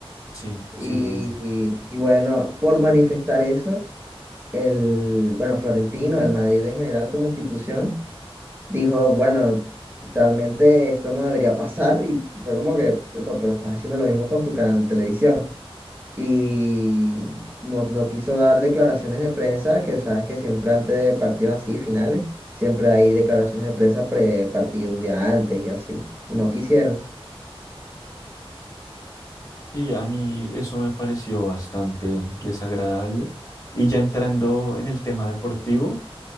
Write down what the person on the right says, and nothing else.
Y,
y bueno, por manifestar eso, el, bueno, Florentino, el Madrid en general como institución, dijo, bueno, realmente esto no debería pasar y fue como que, "Epa, pero estás haciendo lo mismo con tu canal de televisión. Y no, no quiso dar declaraciones de prensa, que sabes que siempre antes de partidos así, finales, siempre hay declaraciones de prensa pre-partido un día antes y así. Y no quisieron.